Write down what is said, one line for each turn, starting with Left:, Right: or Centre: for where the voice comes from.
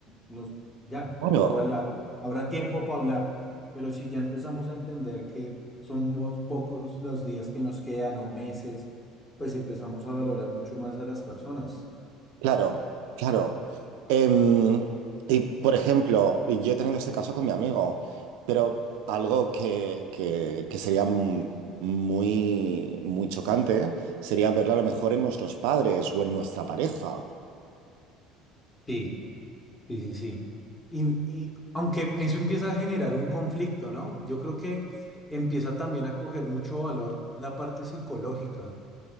Left: nos, ya,
Right: Claro.
Left: igual ha- habrá tiempo para hablar, pero si ya empezamos a entender que somos pocos los días que nos quedan o meses, pues empezamos a valorar mucho más a las personas.
Right: Claro, claro. Em, y por ejemplo, yo he tenido este caso con mi amigo, pero algo que, que- que sería m- muy, muy chocante sería verlo a lo mejor en nuestros padres o en nuestra pareja.
Left: Sí, sí, sí, sí. Y, y aunque eso empieza a generar un conflicto, ¿no? Yo creo que empieza también a coger mucho valor la parte psicológica,